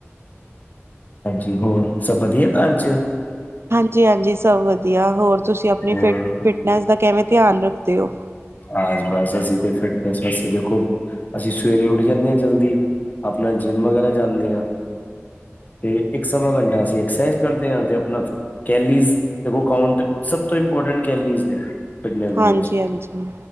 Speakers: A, on the left; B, on the right.
A: ਹਾਂਜੀ ਹੋਰ ਸਭ ਵਧੀਆ ਘਰ ਚ
B: ਜੀ ਹਾਂਜੀ ਸਭ ਵਧੀਆ, ਹੋਰ ਤੁਸੀਂ ਆਪਣੀ
A: ਹੋਰ
B: ਫਿਟ ਫਿਟਨੈਸ ਦਾ ਕਿਵੇਂ ਧਿਆਨ ਰੱਖਦੇ ਓ।
A: ਆ ਬਸ ਅਸੀ ਤੇ ਫਿਟ ਆ, ਆ ਕੇ ਦੇਖੋ। ਅਸੀਂ ਸਵੇਰੇ ਉੱਠ ਜਾਂਦੇ ਆ ਜਲਦੀ, ਆਪਣਾ ਜਿੰਮ ਵਗੈਰਾ ਜਾਂਨੇ ਆ। ਤੇ ਇੱਕ ਸਵਾ' ਘੰਟਾ ਅਸੀਂ ਐਕਸਰਸਾਈਜ਼ ਕਰਦੇ ਆ, ਤੇ ਆਪਣਾ ਕੈਲੀਜ਼ ਦੇਖੋ ਕਾਊਂਟ ਸਭ ਤੋਂ ਇੰਪੋਰਟੈਂਟ ਕੈਲੀਜ਼ ਨੇ। ਫਿਟਨੈਸ ਦੇ
B: ਹਾਂਜੀ-ਹਾਂਜੀ।
A: ਵਿੱਚ